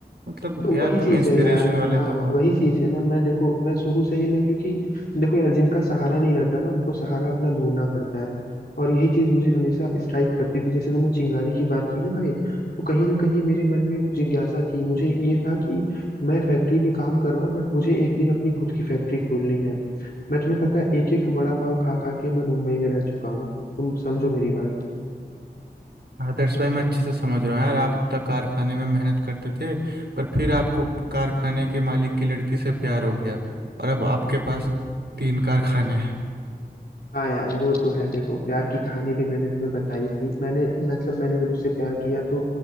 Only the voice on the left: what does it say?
तो
वही चीज
है यार
हाँ
वही चीज है ना मैं देखो मैं शुरू से ही मैं क्योंकि देखो यार जिनका सहारा नहीं रहता ना उनको सहारा अपना ढूंढना पड़ता है और यही चीज मुझे हमेशा स्ट्राइक करती थी जैसे तुमने चिंगारी की बात की ना भाई तो कहीं ना कहीं मेरे मन में वो जिज्ञासा थी मुझे ये था कि मैं फैक्ट्री में काम कर रहा हूँ बट मुझे एक दिन अपनी खुद की फैक्ट्री खोलनी है मैं तुम्हें पता है एक एक वड़ा पाव खा खा के मैं मुंबई में रह चुका हूँ तुम समझो मेरी बात
हाँ यार वो तो है देखो प्यार की कहानी भी मैंने तुम्हें बताई थी मैंने मतलब मैंने जब उससे प्यार किया तो